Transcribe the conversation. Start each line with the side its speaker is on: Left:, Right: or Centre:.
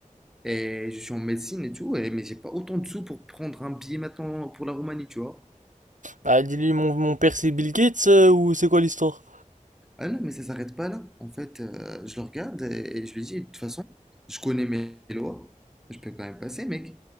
Centre: et je suis en médecine et tout, et, mais j'ai pas autant de sous pour prendre un billet maintenant pour la Roumanie, tu vois.
Right: Bah, dis-lui, mon, mon père c'est Bill Gates euh, ou c'est quoi l'histoire?
Centre: Ah non, mais ça s'arrête pas là. En fait, euh, je le regarde et, et je lui dis, de toute façon, je connais mes lois. Je peux quand même passer, mec.